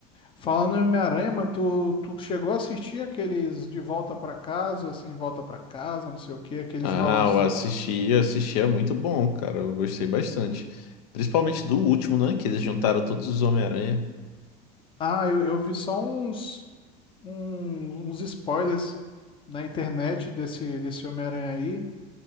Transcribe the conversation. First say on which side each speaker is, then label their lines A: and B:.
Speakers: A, on the left (about 25°); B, on the left (about 80°).
A: Falando em Homem-Aranha, mano, tu, tu chegou a assistir aqueles De Volta Pra Casa, assim, Volta Pra Casa, não sei o quê, aqueles
B: Ah,
A: novos.
B: eu assisti, assisti é muito bom, cara. Eu gostei bastante. Principalmente do último, né? Que eles juntaram todos os Homem-Aranha.
A: Ah, eu, eu vi só uns, um- uns spoilers na internet desse, desse Homem-Aranha aí.